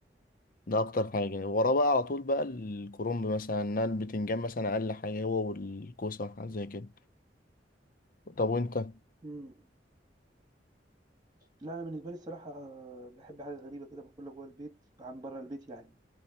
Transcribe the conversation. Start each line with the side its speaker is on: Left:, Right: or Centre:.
Left: ده أكتر حاجة وراه بقى على طول بقى الكرنب مثلا إنها البتنجان مثلا أقل حاجة هو والكوسة حاجة زي كده طب وأنت؟
Right: امم لا انا بالنسبه لي الصراحه بحب حاجه غريبه كده باكلها جوه البيت عن بره البيت يعني